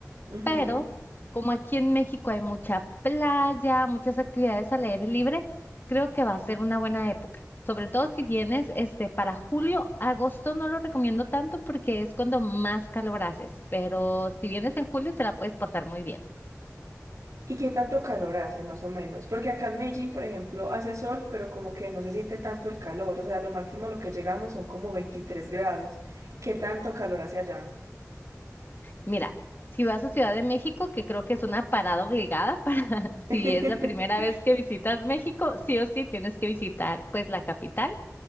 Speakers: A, on the right; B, on the left.
A: Ujú.
B: Pero como aquí en México hay mucha playa, muchas actividades al aire libre, creo que va a ser una buena época. Sobre todo si vienes este para julio, agosto no lo recomiendo tanto porque es cuando más calor haces, pero si vienes en julio te la puedes pasar muy bien.
A: ¿Y qué tanto calor hace más o menos? Porque acá en Medellín, por ejemplo, hace sol, pero como que no se siente tanto el calor. O sea, lo máximo a lo que llegamos son como 23 grados. ¿Qué tanto calor hace allá?
B: Mira, si vas a Ciudad de México, que creo que es una parada obligada para <laughs>
A: <laughs>
B: si es la primera vez que visitas México, sí o sí tienes que visitar pues la capital.